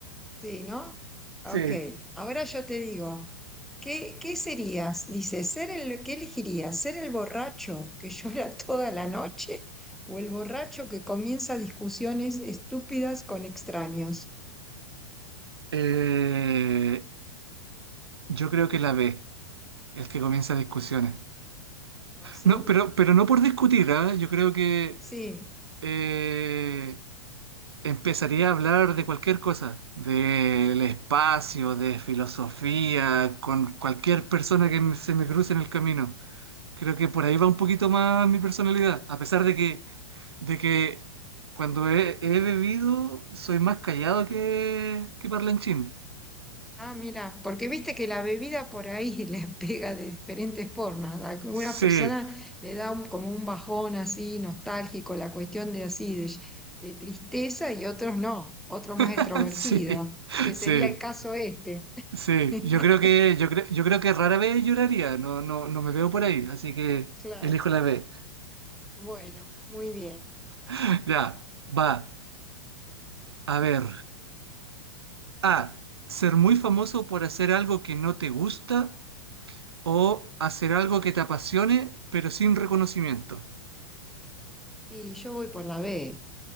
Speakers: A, in the centre; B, on the right.
A: Sí, ¿no?
B: Sí.
A: Ok. Ahora yo te digo, ¿qué, qué serías? Dice, ser el, ¿qué elegirías? ¿Ser el borracho que llora <laughs> toda la noche o el borracho que comienza discusiones estúpidas con extraños?
B: Eh, Yo creo que la B, el que comienza discusiones.
A: ¿Así?
B: No, pero, pero no por discutir, ¿ah? Yo creo que
A: Sí, Sí.
B: eh, empezaría a hablar de cualquier cosa, del espacio, de filosofía, con cualquier persona que me- se me cruce en el camino. Creo que por ahí va un poquito más mi personalidad, a pesar de que, de que cuando he, he bebido soy más callado que, que parlanchín.
A: Ah, mira, porque viste que la bebida por ahí <laughs> le pega de diferentes formas. A alguna
B: Sí,
A: persona le da un- como un bajón así nostálgico, la cuestión de así, de, de tristeza, y otros no, otro más extrovertido,
B: <laughs> sí,
A: que
B: sí.
A: sería el caso este.
B: Sí,
A: <laughs>
B: yo creo que, yo creo, yo creo que rara vez lloraría, no, no, no me veo por ahí, así que
A: Claro,
B: elijo la B.
A: bueno, muy bien.
B: <laughs> Ya, va, a ver. A, ser muy famoso por hacer algo que no te gusta o hacer algo que te apasione, pero sin reconocimiento.
A: Y yo voy por la B,